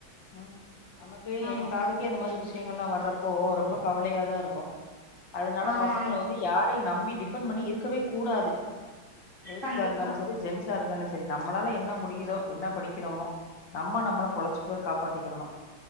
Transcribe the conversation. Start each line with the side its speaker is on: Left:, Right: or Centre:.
Left: ம் நமக்கே
Right: ஆமாங்க
Left: ஏ காதுகே இந்த மாரி விஷ் ஷியங்ல்லா வர்றப்போ ரொம்ப கவலைய தா இருக்கு அதனால
Right: ஆமாங்
Left: பசங்கள வந்து யாரையு நம்பி டிபெண்ட் பண்ணி இருக்கவே கூடாது லேடிஸா
Right: கண்டிப்பா
Left: இருந்தாலு செரி ஜென்ஸ் சாருந்தாலு செரி நம்மளால என்ன முடியுதோ என்ன படிக்கிறமோ நம்ம நம்மள பொழச்சுக்க காப்பாத்திக்கிடனு